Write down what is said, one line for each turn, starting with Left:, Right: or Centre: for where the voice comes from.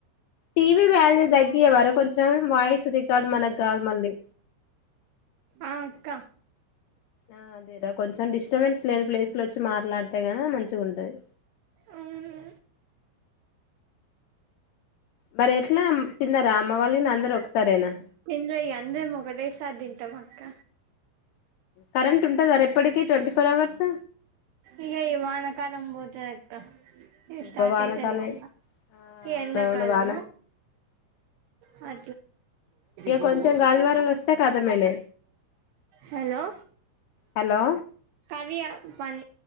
Left: టీవ వాల్యూ దగ్గ వర కొంచెం వాయిస్ రికార్డ్ మనకు కాదు మళ్ళీ
Right: ఆ అక్క
Left: ఆ అదేరా కొంచెం డిస్టబెన్స్ లేని ప్లేస్ లో వచ్చి మాట్లాడితే కన మంచిగా ఉంటది
Right: అవును
Left: మరి ఎట్లా తిన్నారా అమ్మ వాళ్ళ అందరు ఒకసారేనా
Right: తినలే ఇగ అందరం ఒకటేసారి తింటాం అక్క
Left: కరెంట్ ఉంట సార్ ఎప్పటికిీ ట్వంటీ ఫోర్ అవర్స్
Right: ఇక ఇవానకా నమ్బోతే అక్క ఇ
Left: అబ్బా
Right: స్టార్ట్
Left: వానకాలం
Right: అయితారుగ
Left: అవునవును
Right: ఎంద కాలము
Left: వాన
Right: మ
Left: ఇక
Right: పోను
Left: కొంచెం గాలివానలు వస్తే కథమేనే
Right: హలో
Left: హలో
Right: కది ప